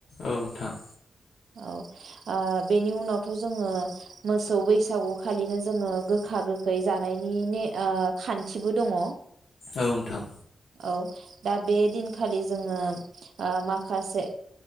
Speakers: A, on the left; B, on the right.
A: औ नोंथां
B: औ ओ बेनि उनावथ' जोङो मोसौ बैसागु खालिनो जोङो गोखा गोखै जानायनि ने खानथिबो दङ
A: औ नोंथां
B: औ दा बे दिनखालि जोङो ओ माखासे